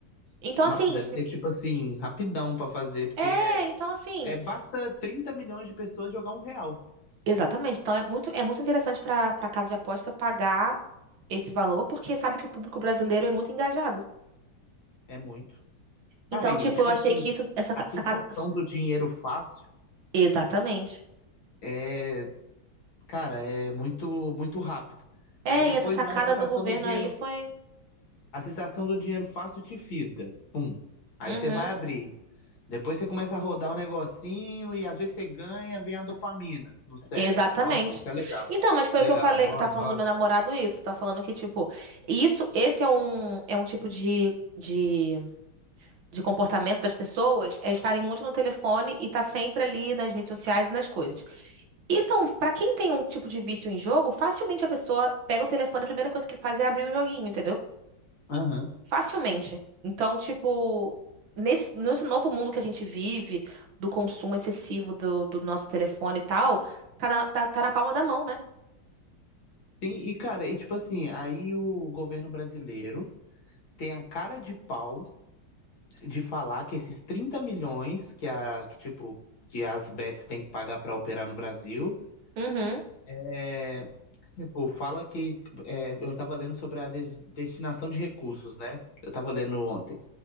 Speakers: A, on the right; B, on the left.
A: Então
B: Nossa,
A: assim,
B: deve
A: tipo,
B: ser tipo assim, rapidão pra fazer, porque
A: é, então assim,
B: é, é- basta 30 milhões de pessoas jogar um real.
A: exatamente. Então é muito é muito interessante pra para casa de aposta pagar esse valor, porque sabe que o público brasileiro é muito engajado.
B: É muito.
A: Então,
B: Cara, e
A: tipo,
B: tipo
A: eu achei
B: assim,
A: que isso, essa
B: a
A: sacada,
B: sensação do dinheiro fácil
A: Exatamente.
B: é, cara, é muito muito rápido.
A: É,
B: Aí depois
A: e essa sacada
B: vai a sensação
A: do governo
B: do dinheiro,
A: aí foi.
B: a sensação do dinheiro fácil te fisga. Aí
A: Uhum.
B: você vai abrir. Depois você começa a rodar um negocinho e às vezes você ganha, vem a dopamina no cérebro.
A: Exatamente.
B: Nossa, isso é legal.
A: Então, mas foi
B: Legal,
A: o que eu falei.
B: roda,
A: Eu tava falando
B: roda.
A: do meu namorado isso. Tá falando que, tipo, isso, esse é um, é um tipo de, de, de comportamento das pessoas, é estarem muito no telefone e tá sempre ali nas redes sociais e nas coisas. Então, pra quem tem um tipo de vício em jogo, facilmente a pessoa pega o telefone, a primeira coisa que faz é abrir o joguinho, entendeu?
B: Aham.
A: Facilmente. Então, tipo, nesse, nesse novo mundo que a gente vive, do consumo excessivo do, do nosso telefone e tal, tá na, tá, tá na palma da mão, né?
B: Sim, e cara, e tipo assim, aí o governo brasileiro tem a cara de pau de falar que esses 30 milhões que a que tipo que as bets têm que pagar pra operar no Brasil,
A: Uhum.
B: é, tipo, fala que é, eu tava lendo sobre a des- destinação de recursos, né? Eu tava lendo ontem.